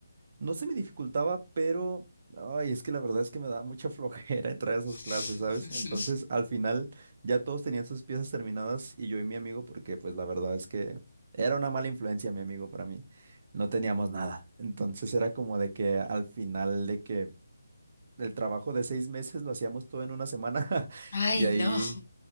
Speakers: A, on the right; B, on the left.
A: no se me dificultaba, pero ay, es que la verdad es que me daba mucha flojera <laughs> entrar a
B: <laughs>
A: esas clases, ¿sabes? Entonces, al final ya todos tenían sus piezas terminadas y yo y mi amigo, porque pues la verdad es que era una mala influencia mi amigo para mí, no teníamos nada. Entonces era como de que al final de que el trabajo de seis meses lo hacíamos todo en una semana. <laughs>
B: Ay,
A: Y ahí
B: no.